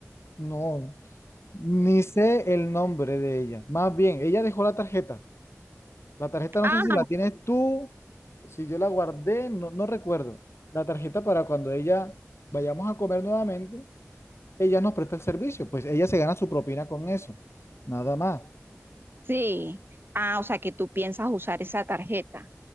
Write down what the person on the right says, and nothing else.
Ah,
sí. Ah, o sea, que tú piensas usar esa tarjeta.